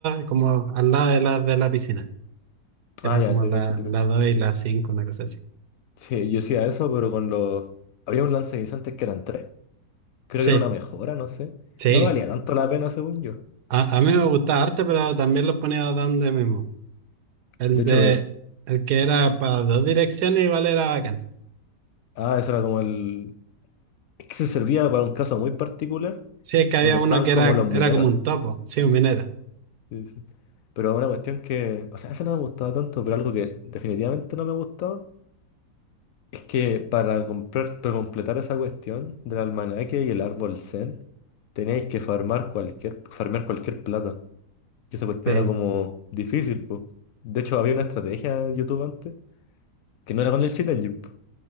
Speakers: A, on the right; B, on the left.
A: como al lado de las de la piscina. Eran
B: Ah, ya,
A: como
B: te
A: la
B: cacho, te cacho.
A: la 2 y la cinco una cosa así.
B: Sí, yo hacía eso, pero con los... Había un lanzaguisantes que eran tres. Creo
A: Sí,
B: que era una mejora, no sé.
A: sí.
B: No valía tanto la pena, según yo.
A: A, a mí me gustaba arte, pero también los ponía donde mismo. El
B: De hecho,
A: de,
B: pero...
A: el que era para dos direcciones igual era bacán.
B: Ah, eso era como el... Es que se servía para un caso muy particular,
A: Sí, es que había
B: donde
A: uno
B: estaban
A: que era,
B: como los mineros.
A: era como un topo, sí, un minero.
B: Sí, sí. Pero una cuestión que, o sea, eso no me ha gustado tanto, pero algo que definitivamente no me ha gustado es que para comprar, para completar esa cuestión del almanaque y el árbol Zen, teníais que farmar cualquier, farmear cualquier plata. Y esa cuestión
A: Sí.
B: era como difícil, pues. De hecho, había una estrategia en YouTube antes que no era con el cheat engine, po.